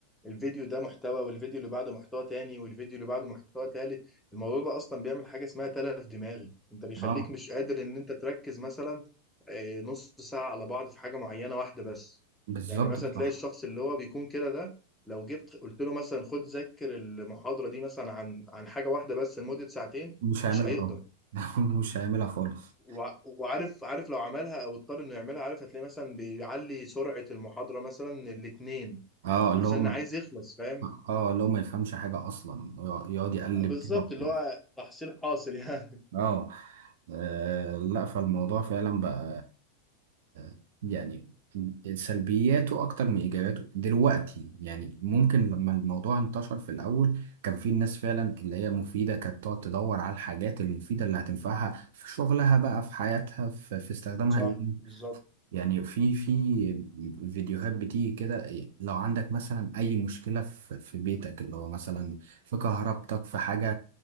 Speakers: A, in the centre; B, on the right.
A: الفيديو ده محتوى والفيديو اللي بعده محتوى تاني والفيديو اللي بعده محتوى تالت الموضوع ده اصلا بيعمل حاجه اسمها تلف دماغي انت بيخليك
B: اه
A: مش قادر ان انت تركز مثلا آه، نص ساعه على بعض في حاجه معينه واحده بس
B: بالظبط
A: يعني مثلا
B: صح
A: تلاقي الشخص اللي هو بيكون كده ده لو جبت قلت له مثلا خد ذاكر المحاضره دي مثلا عن عن حاجه واحده بس لمده ساعتين
B: مش هيعملها
A: مش هيقدر
B: طبعا <laughs> مش هيعملها خالص
A: وع- وعارف عارف لو عملها او اضطر انه يعملها عارف هتلاقي مثلا بيعلي سرعة المحاضرة مثلا الاتنين
B: اه اللي
A: عشان
B: هو م-
A: عايز يخلص فاهم
B: اه اللي هو ما يفهمش حاجة أصلا يقعد يقلب
A: بالظبط
B: كده وخلاص.
A: اللي هو تحصيل حاصل يعني <laughs>
B: اه آه، لا فالموضوع فعلا بقى آه، يعني سلبياته أكتر من إيجاباته دلوقتي يعني ممكن لما الموضوع انتشر في الأول كان في الناس فعلا اللي هي مفيدة كانت تقعد تدور على الحاجات المفيدة اللي هتنفعها في شغلها بقى في حياتها في, في استخدامها
A: صح بالظبط
B: يعني في في فيديوهات بتيجي كده إيه، لو عندك مثلا أي مشكلة في في بيتك اللي هو مثلا في كهربتك في حاجة